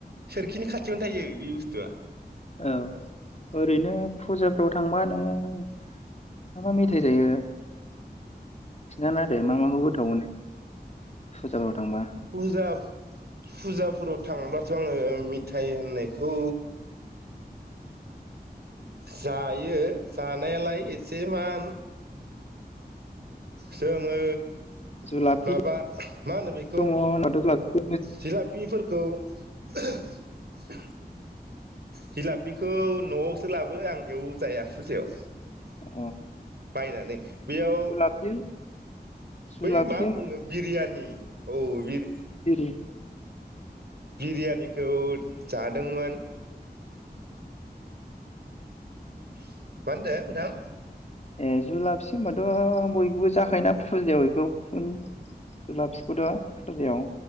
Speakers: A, on the right; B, on the left.
A: सोरखिनि खा थियावनो थायो बे बुस्थुआ
B: औ ओरैनो फुजाफ्राव थांबा नोङो मा मा मेथाइ जायो खिन्थाना दे मा मा खौ गोथाव मोनो फुजाफोराव थांबा
A: फुजा फुजाफोराव थांबाथ आङो मिथाइ होननायखौ जायो जानायालाय एसे मान जोंङो
B: जुलाफि
A: माबा मा होनो बेखौ
B: दङ होनबाथ' जुलाफि
A: जिलाफिफोरखौ <unintelligible> जिलापिखौ नआवसो लाबो आं‌ एयाव जाया फुजायाव
B: अ
A: बायनानै बेयाव
B: जुलाफि जुलाफि
A: बै मा बुङो बिरियानि औ बिर
B: दिरि
A: बिरियानिखौ जादोंमोन मा होनदों नोंथां
B: ए जुलाफि होनोमबाथ बयखौबो जाखायोना फुजायाव एखौ फुन जुलाफिखौथ फुजायाव